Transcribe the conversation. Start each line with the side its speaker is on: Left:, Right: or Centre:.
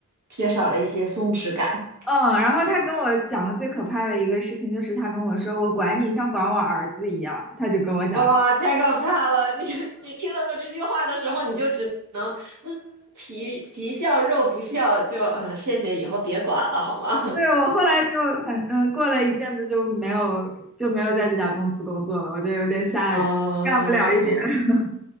Right: 缺少了一些松弛感。
Centre: 嗯，然后他跟我讲的最可怕的一个事情就是他跟我说我管你像管我儿子一样，他就跟我讲这
Right: 哇，太可怕了！你 <laughs> 你听到这句话的时候，你就只能嗯，皮皮笑肉不笑，就嗯，谢谢，以后别管了，好吗？
Centre: 对，我后来就很嗯，过了一阵子就没有就没有在这家公司工作了，我觉得有点吓人，
Right: <laughs> 哦，
Centre: 干不了一点。<laughs>